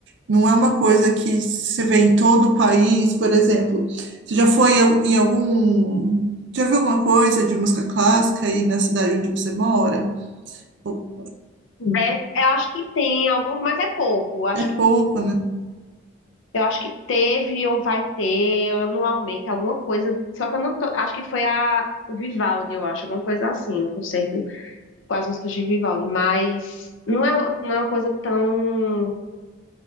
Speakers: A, on the right; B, on the left.
A: Não é uma coisa que se vê em todo o país, por exemplo. Você já foi em em algum, já viu alguma coisa de música clássica aí na cidade onde você mora? Ou-
B: Deve, eu acho que tem algum, mas é pouco. Eu acho
A: É
B: que,
A: pouco, né?
B: eu acho que teve ou vai ter anualmente alguma coisa. Só que eu não tô, acho que foi a, o Vivaldi, eu acho, alguma coisa assim, um concerto com as músicas de Vivaldi, mas não é, não é uma coisa tão